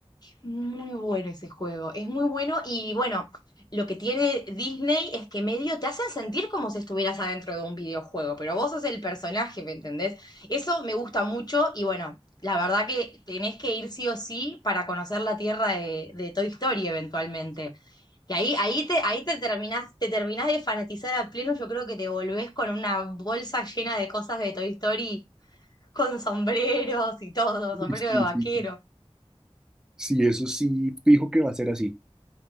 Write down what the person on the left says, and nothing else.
Muy bueno ese juego, es muy bueno y bueno, lo que tiene Disney es que medio te hacen sentir como si estuvieras adentro de un videojuego, pero vos sos el personaje, ¿me entendés? Eso me gusta mucho y bueno, la verdad que tenés que ir sí o sí para conocer la tierra de, de Toy Story eventualmente. Y ahí, ahí te, ahí te terminás, te terminás de fanatizar a pleno, yo creo que te volvés con una bolsa llena de cosas de Toy Story, con sombreros y todo,
sombrero
de vaquero.